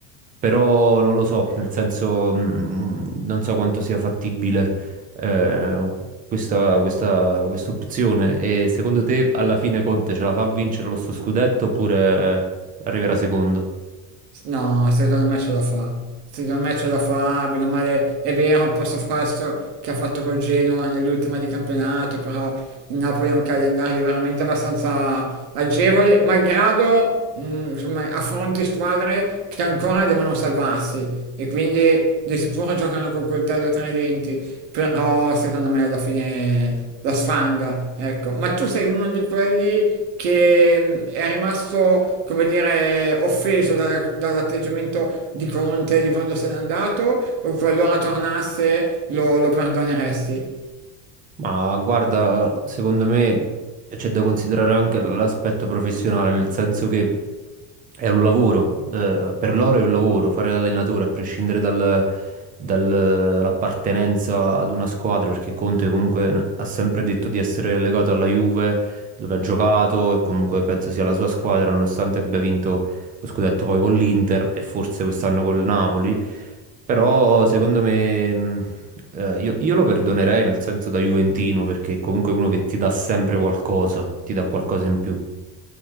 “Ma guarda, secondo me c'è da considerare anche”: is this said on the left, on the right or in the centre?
Right